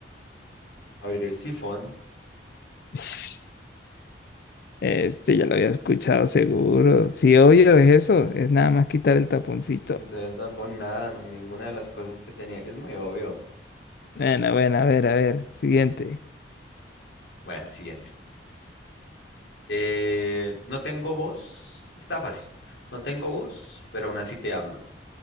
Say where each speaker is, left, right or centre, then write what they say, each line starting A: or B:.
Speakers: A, on the left; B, on the left.
A: abrir el sifón,
B: <laughs> Ps, Este ya lo había escuchado seguro. Sí, obvio, es eso. Es nada más quitar el taponcito.
A: quitar el tapón, nada, no, ninguna de las cosas que tenía. Es muy obvio.
B: Bueno, bueno, a ver, a ver. Siguiente.
A: Bueno, siguiente. Eh, no tengo voz, está fácil. No tengo voz, pero aún así te hablo.